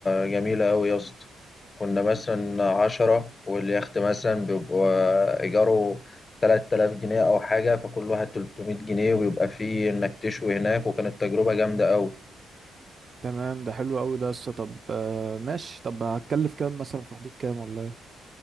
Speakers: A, on the left; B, on the right.
A: جميلة أوي يا اسطى كنا مثلا عشرة واليخت مثلا بيبقى إيجاره تلات آلاف جنيه أو حاجة فكل واحد تلتمية جنيه وبيبقى فيه إنك تشوي هناك وكانت تجربة جامدة أوي
B: تمام ده حلو قوي ده لسه طب آه، ماشي طب هتكلف كام مثلا في حدود كام ولا ايه